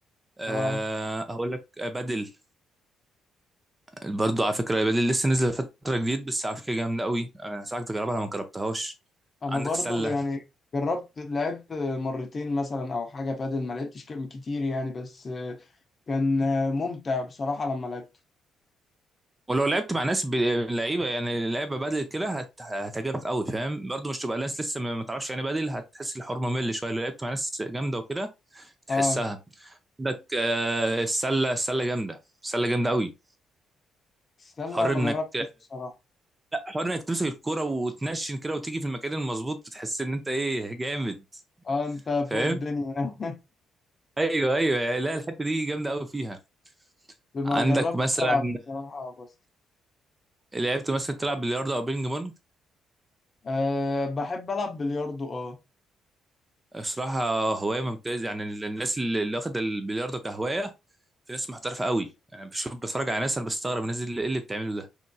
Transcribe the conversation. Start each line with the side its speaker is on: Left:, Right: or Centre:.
Right: آه،
Left: اه
Right: هقول لك آه، بدل برضو على فكرة بدل لسه نزل فترة جديد بس على فكرة جامدة قوي أنا هساعدك تجربها لو ما جربتهاش
Left: انا
Right: عندك
Left: برضو
Right: سلة
Left: يعني جربت لعبت مرتين مثلا او حاجه بادل ما لعبتش كم- كتير يعني بس كان آه، ممتع بصراحة لما لعبته
Right: ولو لعبت مع ناس ب- لعيبة يعني لعيبة بدل كده هت... هتعجبك قوي فاهم برضو مش تبقى ناس لسه ما ما تعرفش يعني بدل هتحس الحوار ممل شوية لو لعبت مع ناس جامدة وكده تحسها
Left: اه
Right: عندك آه، السلة السلة جامدة السلة جامدة قوي
Left: السلة
Right: حر
Left: ما
Right: انك
Left: جربتش بصراحة
Right: حر انك تمسك الكرة وتنشن كده وتيجي في المكان المظبوط بتحس ان انت ايه جامد
Left: اه انت
Right: فاهم
Left: فوق الدنيا
Right: ايوه ايوه لا الحتة دي جامدة قوي فيها
Left: <laughs> ما
Right: عندك
Left: جربتش
Right: مثلا
Left: العب بصراحة بس
Right: لعبت مثلا تلعب بلياردو او بينج بونج
Left: أه بحب العب بلياردو اه
Right: الصراحه هوايه ممتازه يعني الناس اللي اللي واخده البلياردو كهوايه في ناس محترفه قوي يعني بشوف بتفرج على ناس انا بستغرب الناس اللي ايه اللي بتعمله ده